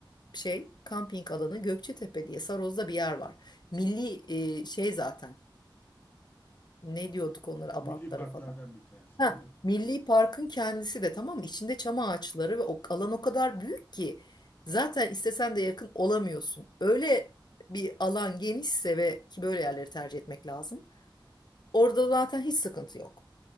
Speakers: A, on the left; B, on the left.
A: şey kamping alanı Gökçetepe diye Saroz'da bir yer var. Milli e, şey zaten. Ne diyorduk onlara abantlara
B: Milli parklardan
A: falan.
B: bir tanesi
A: Ha,
B: öyle mi?
A: Milli Park'ın kendisi de tamam mı? İçinde çam ağaçları ve o alan o kadar büyük ki zaten istesen de yakın olamıyorsun. Öyle bir alan genişse ve ki böyle yerleri tercih etmek lazım. Orada zaten hiç sıkıntı yok.